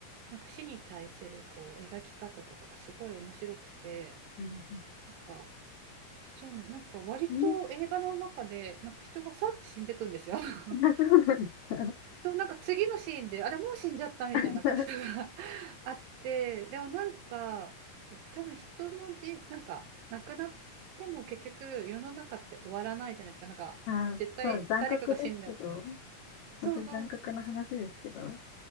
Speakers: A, on the right; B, on the left.
A: なんか死に対するこう、描き方とかがすごい面白くて、
B: うん、
A: なんか、そうね、なんか割と映画の中で、
B: うん。うん
A: なんか人がさって死んでくんですよ。<laughs>
B: あそうなんですか。
A: そう、なんか次のシーンで、あれもう死んじゃったみたいなことが
B: <laughs>
A: <laughs> あって、でもなんか、多分人のじ、なんか亡くなっても結局世の中って終わらないじゃないですか。なんか絶対誰かが死んでも。
B: あ、そう、残酷ですけど。本当に残酷な話ですけど。
A: そうそう